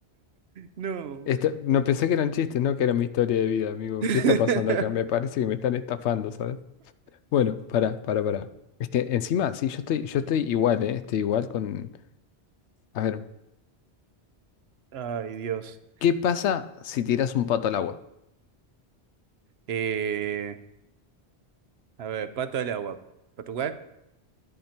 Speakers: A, on the right (about 70°); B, on the left (about 85°).
A: No.
B: Esto- no pensé que eran chistes, ¿no? Que era mi historia de vida, amigo.
A: <laughs>
B: ¿Qué está pasando acá? Me parece que me están estafando, ¿sabes? Bueno, para, para, para. Es que encima, sí, yo estoy, yo estoy igual, ¿eh? Estoy igual con... A ver,
A: Ay, Dios.
B: ¿qué pasa si tiras un pato al agua?
A: Eh, a ver, pato al agua. ¿Pato cuac?